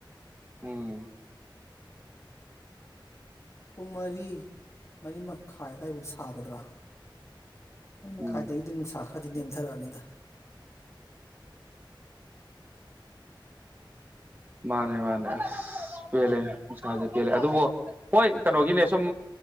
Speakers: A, on the right; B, on the left.
A: ꯎꯝ
B: ꯄꯨꯡ ꯃꯔꯤ ꯃꯔꯤ ꯃꯈꯥꯏꯋꯥꯏꯐꯨꯛ ꯁꯥꯒꯗ꯭ꯔꯥ ꯑꯩ
A: ꯎꯝ
B: ꯃꯈꯥꯏꯗꯒꯤꯗꯤ ꯅꯨꯡꯁꯥꯈ꯭ꯔ ꯍꯥꯏꯗꯤ ꯅꯦꯝꯊꯔꯛꯑꯅꯤꯗ
A: ꯃꯥꯅꯦ ꯃꯥꯅꯦ ꯑꯁ ꯄꯦꯜꯂꯦ ꯅꯨꯡꯁꯥꯁꯦ ꯄꯦꯜꯂꯦ ꯑꯗꯨꯕꯨ ꯍꯣꯏ ꯀꯩꯅꯣꯒꯤꯅꯦ ꯁꯨꯝ